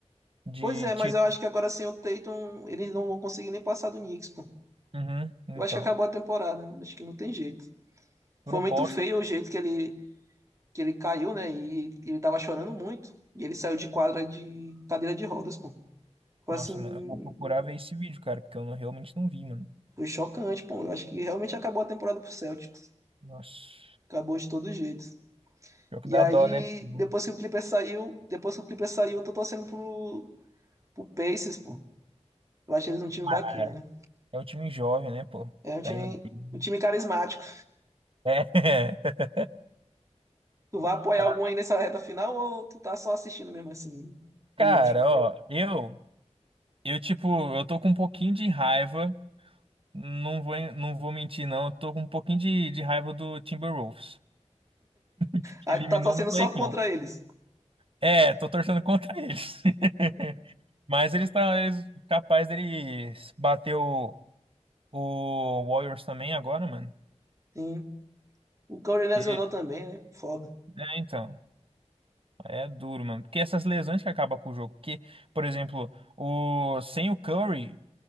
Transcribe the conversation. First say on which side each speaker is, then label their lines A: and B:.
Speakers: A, on the right (about 50°); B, on the right (about 25°).
A: de
B: Pois é,
A: título.
B: mas eu acho que agora sem o Tatum, eles não vão conseguir nem passar do Knicks, pô.
A: Uhum, então,
B: Eu acho que acabou a temporada, né? acho que não tem jeito. Foi
A: pro
B: muito
A: Boston,
B: feio o jeito que ele, que ele caiu, né? E ele tava chorando muito. E ele saiu de quadra de cadeira de rodas, pô. Foi
A: nossa,
B: assim.
A: mano, eu vou procurar ver esse vídeo, cara, porque eu não- realmente não vi, mano.
B: Foi chocante, pô. Eu acho que realmente acabou a temporada pro Celtics.
A: Nossa,
B: Acabou de todo jeito.
A: pior que
B: E
A: dá
B: aí,
A: dó, né? <laughs> Uhum.
B: depois que o Clippers saiu, depois que o Clippers saiu, eu tô torcendo pro, pro Pacers, pô. Eu acho eles um time bacana.
A: Ah, É É um time jovem, né, pô?
B: É um time,
A: Tá indo bem.
B: um time carismático.
A: É. <laughs>
B: Tu vai apoiar
A: Ah,
B: algum aí nessa reta final ou tu tá só assistindo mesmo assim, neutro?
A: Cara, ó, eu Eu, tipo, eu tô com um pouquinho de raiva, não vou, não vou mentir, não. Eu tô com um pouquinho de, de raiva do Timberwolves, que
B: Aí
A: eliminou
B: tu tá torcendo
A: meu
B: só
A: Lakers.
B: contra eles.
A: É, tô torcendo contra eles. <laughs> Mas eles estão eles, capaz deles bater o, o Warriors também agora, mano.
B: Sim. O Curry lesionou
A: Porque,
B: também, né? Foda.
A: é, então, é duro, mano. Porque essas lesões que acabam com o jogo. Porque, por exemplo, o, sem o Curry,